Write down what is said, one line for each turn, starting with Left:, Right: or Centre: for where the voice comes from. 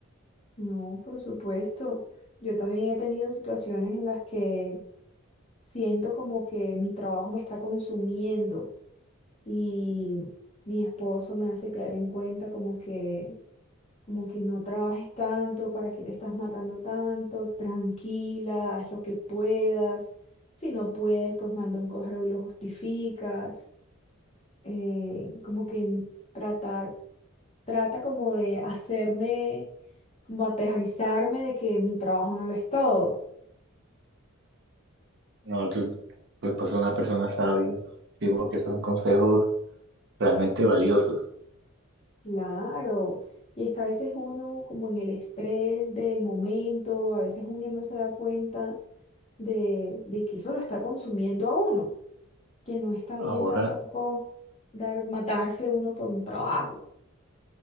Left: No, por supuesto. Yo también he tenido situaciones en las que siento como que mi trabajo me está consumiendo y mi esposo me hace caer en cuenta como que como que no trabajes tanto, para que te estás matando tanto, tranquila, haz lo que puedas. Si no puedes, pues manda un correo y lo justificas. Eh, como que n- trata, trata como de hacerme, como aterrizarme de que mi trabajo no lo es todo.
Right: No, tú, pues, pues una persona sabia. Digo que son consejos realmente valiosos.
Left: Claro. Y es que a veces uno, como en el estrés del momento, a veces uno no se da cuenta de, de que eso lo está consumiendo a uno. que no está bien
Right: Ahora,
Left: tampoco dar, matarse uno por un trabajo.